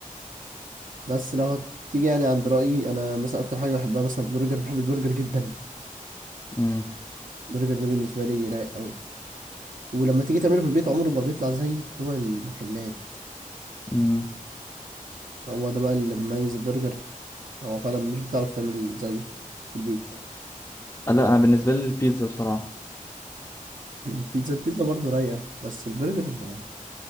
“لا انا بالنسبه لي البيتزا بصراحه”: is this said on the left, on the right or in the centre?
Left